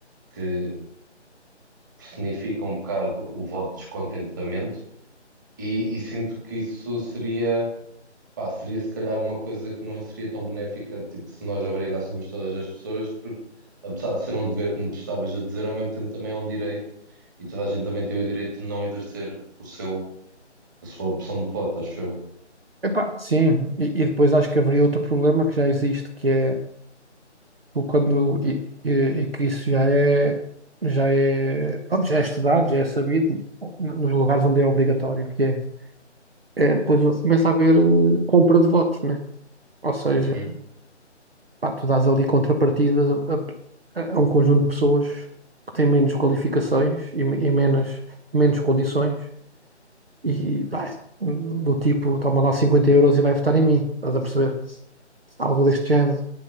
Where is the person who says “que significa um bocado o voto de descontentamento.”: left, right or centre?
Right